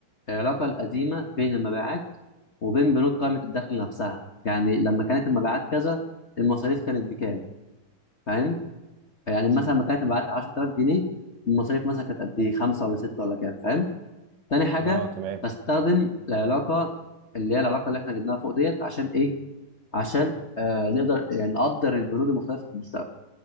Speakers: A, on the left; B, on the right.
A: العلاقة القديمة بين المبيعات وبين بنود قائمة الدخل نفسها يعني لما كانت المبيعات كذا المصاريف كانت بكام فاهم يعني
B: مم.
A: مثلا لما كانت المبيعات 10000 جنيه المصاريف مثلا كانت قد إيه 5 ولا 6 ولا كام فاهم تاني حاجه
B: آه تمام
A: بستخدم العلاقه اللي هي العلاقه اللي احنا جبناها فوق ديت عشان ايه عشان آه نقدر يعني نقدر البنود المختلفه في المستقبل